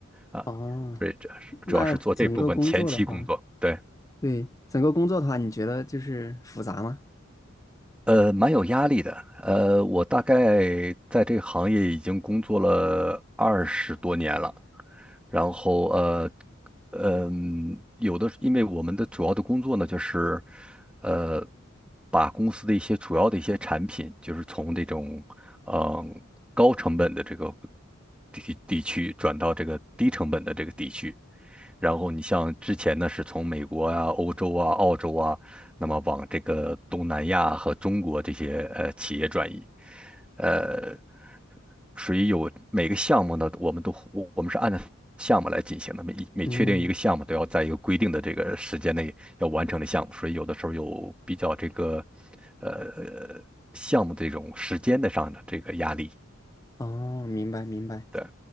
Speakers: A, in the centre; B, on the left.
A: 啊，
B: 哦，
A: 所以这是主要是做这部分前期工作，
B: 那整个工作的话。
A: 对。
B: 对，整个工作的话，你觉得就是复杂吗？
A: 呃，蛮有压力的。呃，我大概在这个行业已经工作了二十多年了。然后呃，嗯，有的，因为我们的主要的工作呢，就是呃，把公司的一些主要的一些产品，就是从这种嗯高成本的这个地地区转到这个低成本的这个地区。然后你像之前呢，是从美国啊、欧洲啊、澳洲啊，那么往这个东南亚和中国这些呃企业转移，呃，所以有每个项目呢，我们都我我们是按照项目来进行的，每每确定一个项目都要在一个规定的这个时间内要完成的项目，
B: 嗯，
A: 所以有的时候有比较这个呃项目这种时间的上的这个压力。
B: 哦，明白明白。
A: 对。